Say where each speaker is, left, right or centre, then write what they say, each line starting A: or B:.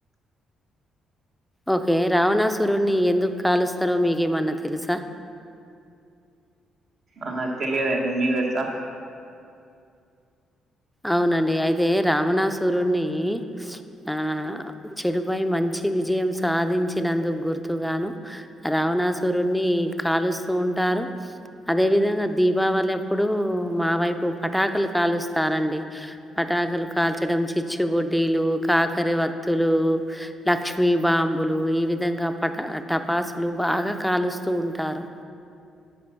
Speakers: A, in the centre; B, on the right.
A: ఓకే రావణాసురున్ని ఎందుకు కాలుస్తారో మీకేమన్నా తెలుసా
B: ఆహా తెలియదండి మీకు తెలుసా
A: అవునండి అయితే రామణాసురున్ని ఆ చెడుపై మంచి విజయం సాధించినందుకు గుర్తుగాను రామణాసురున్ని కాలుస్తూ ఉంటారు అదే విధంగా దీపావళి అప్పుడు మా వైపు పటాకులు కాలుస్తారండి పటాకలు కాల్చడం చిచ్చుబుడ్డిలు కాకర వత్తులు లక్ష్మీ బాంబులు ఈ విధంగా పట టపాసులు బాగా కాలుస్తూ ఉంటారు